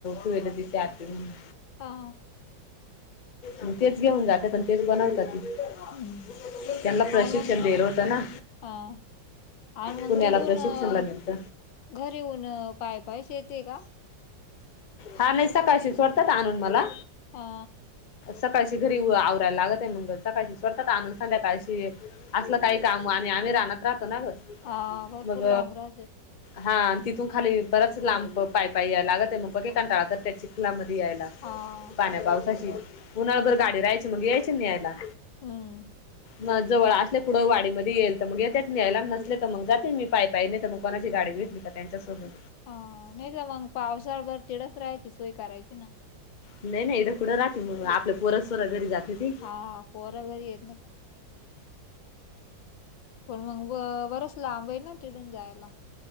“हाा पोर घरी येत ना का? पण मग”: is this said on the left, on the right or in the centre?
Left